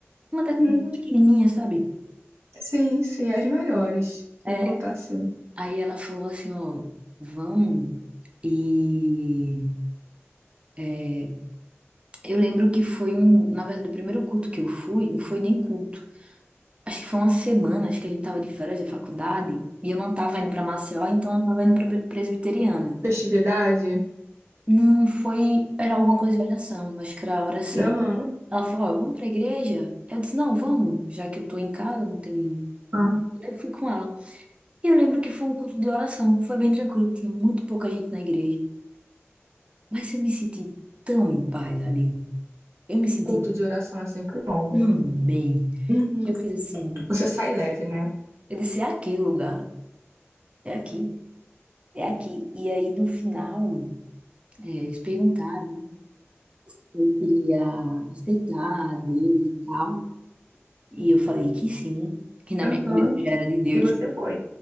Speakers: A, on the right; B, on the right.
A: Uma da
B: Uhum.
A: pequenininha,
B: <laughs>
A: sabe?
B: Sim, sim, as melhores.
A: É,
B: Vamos botar assim.
A: aí ela falou assim, ó, vamos. E é, eu lembro que foi um, na verdade, o primeiro culto que eu fui, não foi nem culto. Acho que foi uma semana, acho que a gente tava de férias da faculdade, e eu não tava indo pra Maceió, então eu tava indo pra Presbiteriana.
B: Festividade?
A: Não foi, era alguma coisa de oração, acho que era oração.
B: Aham.
A: Ela falou, ó, vamos pra igreja? Eu disse, não, vamos, já que eu tô em casa, não tem.
B: Ah,
A: Eu fui com ela. E eu lembro que foi um culto de oração, foi bem tranquilo, tinha muito pouca gente na igreja. Mas eu me senti tão em paz ali. Eu me senti
B: culto de oração é sempre bom.
A: tão bem.
B: Uhum.
A: Que eu fiz assim,
B: Você sai leve, né?
A: eu disse, é aqui o lugar, é aqui, é aqui. E aí no final, é, eles perguntaram se eu queria aceitar a Deus e tal. E eu falei que sim, que na
B: Aham.
A: minha cabeça já era de Deus.
B: E você foi.